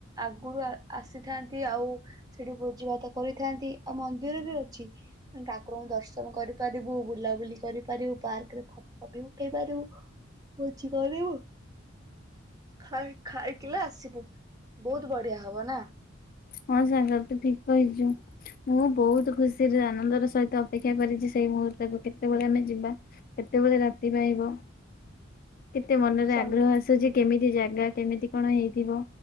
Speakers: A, on the right; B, on the left.
A: ଆଗରୁ ଆସିଥାନ୍ତି ଆଉ ସେଠି ଭୋଜି ଭାତ କରି ଥାନ୍ତି ଆଉ ମନ୍ଦିର ବି ଅଛି। ଠାକୁରଙ୍କୁ ଦର୍ଶନ କରିପାରିବୁ। ବୁଲାବୁଲି କରିପାରିବୁ ପାର୍କରେ ଫୋଟ ବି ଉଠେଇ ପାରିବୁ। ଭୋଜି କରିବୁ ଖାଇ ଖାଇକି ଆସିବୁ ବହୁତ ବଢିଆ ହବ ନାଁ।
B: ହଁ ସାଙ୍ଗ ତୁ ଠିକ କହିଛୁ। ମୁଁ ବହୁତ ଖୁସିରେ ଆନନ୍ଦର ସହିତ ଅପେକ୍ଷା କରିିଚି ସେଇ ମୁହୂର୍ତ୍ତକୁ କେତେବେଳେ ଆମେ ଯିବା କେତେବେଳେ ରାତି ପାହିବ। କେତେ ମନରେ
A: ସାଙ୍ଗ
B: ଆଗ୍ରହ ଆସୁଚି କେମିତ ଯେ ଜାଗା କେମିତି କଣ ହେଇଥିବ।